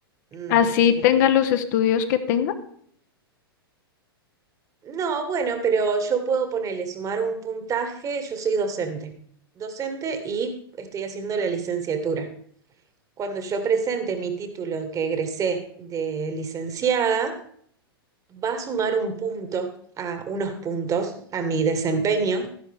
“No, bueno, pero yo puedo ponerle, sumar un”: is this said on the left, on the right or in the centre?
Right